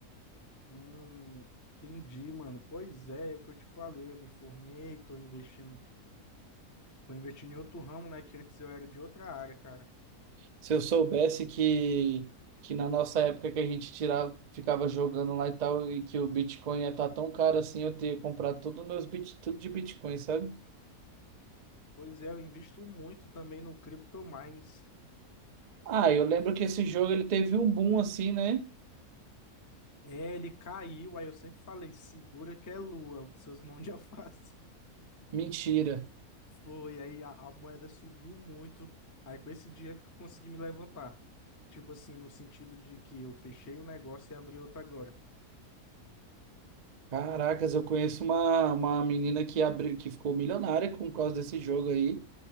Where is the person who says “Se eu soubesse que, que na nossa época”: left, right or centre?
Right